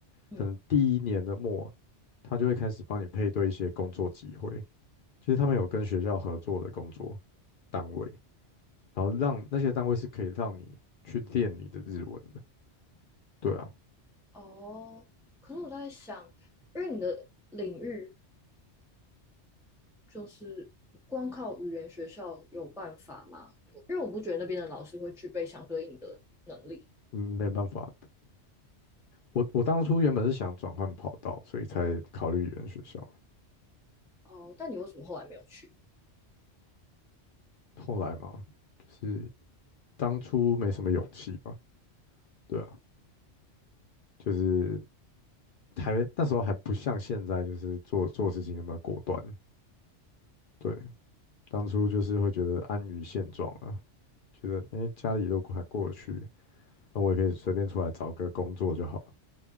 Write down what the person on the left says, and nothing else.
可能第一年的末，他就会开始帮你配对一些工作机会，就是他们有跟学校合作的工作单位，然后让那些单位是可以让你去练你的日文的，对啊，
嗯，没办法，我我当初原本是想转换跑道，所以才考虑语言学校。
后来嘛，就是当初没什么勇气吧，对啊，就是还那时候还不像现在，就是做做事情那么果断。对，当初就是会觉得安于现状啊，觉得哎、诶家里都还过得去，那我也可以随便出来找个工作就好了。